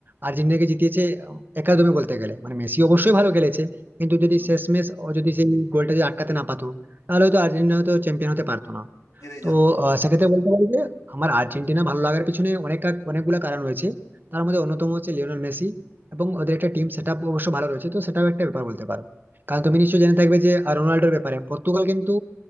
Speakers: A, on the right; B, on the left.
A: আর্জেন্টিনাকে জিতিয়েছে উম, একাদমে বলতে গেলে মানে মেসি অবশ্যই ভালো খেলেছে কিন্তু যদি
B: হুম,
A: শেষমেশ ও যদি সেই গোলটা যদি আটকাতে না পারতো তাহলে হয়তো আর্জেন্টিনা হয়তো চ্যাম্পিয়ন হতে পারতো না
B: হেরেই
A: তো
B: যেত
A: আহ, সেক্ষেত্রে বলতে পারি যে আমার আর্জেন্টিনা ভালো লাগার পিছনে অনেক কা- অনেকগুলো কারণ রয়েছে তার মধ্যে অন্যতম হচ্ছে লিওনেল মেসি এবং ওদের একটা টিম সেট আপ অবশ্য ভালো রয়েছে তো সেটাও একটা ব্যাপার বলতে পারো কারণ তুমি নিশ্চয়ই জেনে থাকবে যে আহ, রোনাল্ডোর ব্যাপারে পর্তুগাল কিন্তু